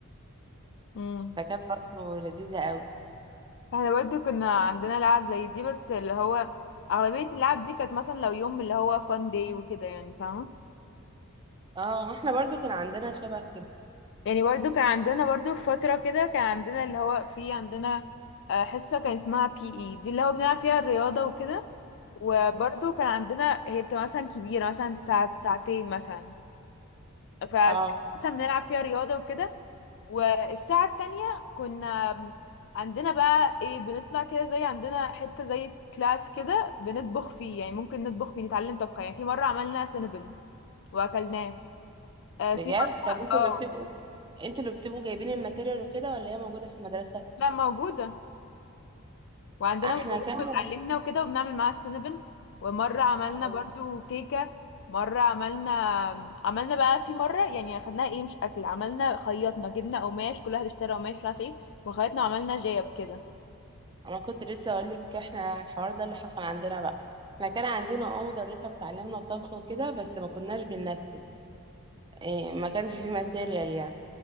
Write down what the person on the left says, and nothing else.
قوي
احنا برضو كنا عندنا لعب زي دي بس اللي هو اغلبية اللعب دي كانت مثلا لو يوم اللي هو فان داي وكده يعني فاهمة
يعني برضو كان عندنا برضو في فترة كده كان عندنا اللي هو في عندنا آه، حصة كان اسمها بي اي دي اللي هو بنلعب فيها الرياضة وكده وبرضو كان عندنا هي بتبقى مثلا كبيرة مثلا ساعة ساعتين مثلا فساعة
مثلا بنلعب فيها رياضة وكده والساعة التانية كنا عندنا بقى ايه بنطلع كده زي عندنا حتة زي كلاس كده بنطبخ فيه يعني ممكن نطبخ فيه نتعلم طبخ يعني في مرة عملنا سينابن وأكلناه آه
في مرة
اه
لا موجودة وعندنا
مدرسة
بتعلمنا وكده وبنعمل معاها السينابن ومرة عملنا
برضو كيكة مرة عملنا عملنا بقى في مرة يعني خدناها ايه مش أكل عملنا خيطنا جبنا قماش كل واحد اشترى قماش مش عارف ايه وخيطنا وعملنا جيب كده